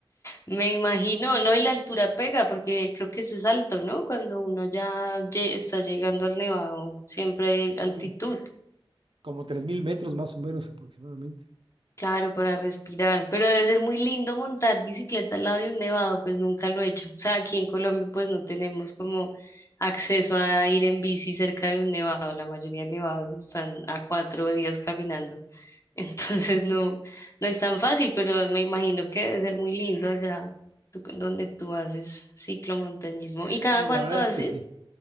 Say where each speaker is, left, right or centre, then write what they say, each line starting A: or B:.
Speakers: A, on the left; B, on the right.
A: Me imagino, no, y la altura pega porque creo que eso es alto, ¿no? Cuando uno ya lle- está llegando al Nevado, siempre hay
B: Y
A: altitud.
B: como 3.000 metros más o menos aproximadamente.
A: Claro, para respirar, pero debe ser muy lindo montar bicicleta al lado de un nevado, pues nunca lo he hecho. O sea, aquí en Colombia pues no tenemos como acceso a ir en bici cerca de un nevado, la mayoría de nevados están a cuatro días caminando, <laughs> entonces no, no es tan fácil, pero me imagino que debe ser muy lindo allá tú- donde tú haces ciclomontañismo. ¿Y cada
B: Y
A: cuánto
B: la verdad
A: haces?
B: es que sí.